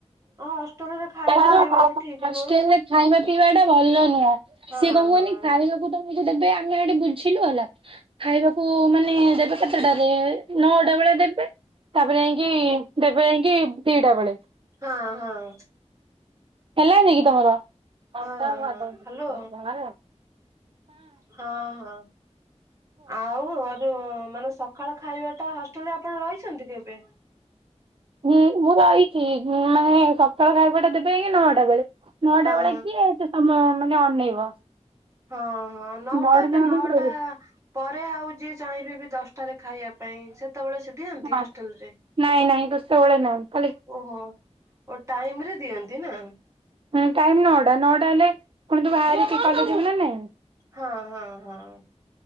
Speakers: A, on the right (about 25°); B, on the right (about 50°).
A: ଆଉ ହଷ୍ଟେଲ ରେ ଖାଇବା
B: ତାଙ୍କର
A: ପିଇବା ବି ଠିକ
B: ହଷ୍ଟେଲରେ
A: ନୁହଁ।
B: ଖାଇବା ପିଇବା ଟା ଭଲ ନୁହଁ।
A: ହଁ
B: ସିଏ କଣ କହନି
A: ହଁ।
B: ଖାଇବାକୁ ତମ ଦେବେ ଆମେ ଆଡେ ବୁଝିଲୁ ହେଲା। ଖାଇବାକୁ ମାନେ ଦେବେ କେତେଟାରେ ନଅଟା ବେଳେ ଦେବେ ତାପରେ ଯାଇ କି ଦେବେ ଯାଇଁ କି ଦିଟା ବେଳେ।
A: ହଁ ହଁ।
B: ହେଲାନିକି ତମର?
A: ହଁ
B: କାହା।
A: ହଁ ହ୍ୟାଲୋ ହଁ ହଁ ଆଉ ଘରୁ ମାନେ ସ କଣ ଖାଇବା ଟା ହଷ୍ଟେଲ ରେ ଆପଣ ରହିଛନ୍ତି କେବେ?
B: ହଁ ମୁଁ ରହିଛି ମାନେ ସକାଳ ଖାଇବାଟା ଦେବେ ଆଜ୍ଞା ନଅଟା ବେଳେ। ନଅଟା
A: ହଁ
B: ବେଳେ କିଏ ଏତେ ସମୟ ମାନେ ଅନେଇବ।
A: ହଁ ହଁ ନଅଟା
B: ବଡ
A: ଏ
B: ଯାଆଙ୍କ
A: ନଅଟା ପରେ ଆଉ ଯିଏ ଚାହିଁବେ ବି ଦଶଟାରେ ଖାଇବା ପାଇଁ ସେତେବେଳେ ସେ ଦିଅନ୍ତି
B: ହଁ
A: ହଷ୍ଟେଲରେ?
B: ନାଇଁ ନାଇଁ ଦଶଟା ବେଳେ ନାହି।
A: ଓହୋ ଟାଇମ ରେ ଦିଅନ୍ତି ନା।
B: ହଁ ଟାଇମ୍ ନଅଟା ନଅଟା ହେଲେ ପୁଣି ତୁ ବାହାରିକି କଲେଜ୍ ଯିବୁ ନା ନାଇଁ।
A: ହଁ ହଁ ହଁ।